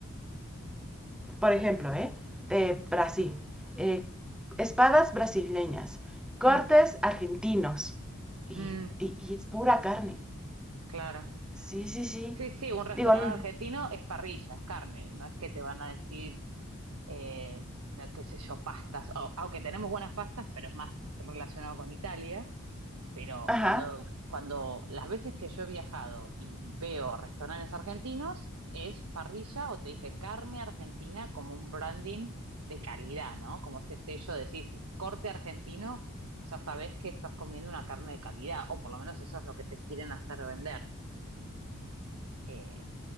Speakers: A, in the centre; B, on the right (about 80°).
A: por ejemplo, eh, de Brasil, eh, espadas brasileñas, cortes
B: mm,
A: argentinos y,
B: mm,
A: y- y es pura carne.
B: claro.
A: Sí, sí, sí.
B: Sí, sí, un restaurante
A: Digo, n-
B: argentino es parrilla, es carne, no es que te van a decir, eh, no, qué sé yo, pastas, O- aunque tenemos buenas pastas, pero es más relacionado con Italia, pero
A: ajá,
B: cuando, cuando las veces que yo he viajado y veo restaurantes argentinos, es parrilla o te dice carne argentina como un branding de calidad, ¿no? Como ese sello, decís corte argentino, ya sabés que estás comiendo una carne de calidad, o por lo menos eso es lo que te quieren hacer vender. Eh,